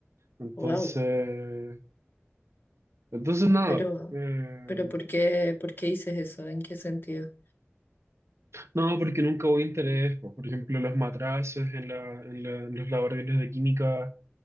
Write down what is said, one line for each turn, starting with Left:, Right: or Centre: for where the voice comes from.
Right: Entonces,
Left: Wow,
Right: entonces nada.
Left: pero,
Right: eh,
Left: pero ¿por qué, por qué dices eso? ¿En qué sentido?
Right: no, porque nunca hubo interés. po. Por ejemplo, los matraces en la- en la- en los laboratorios de química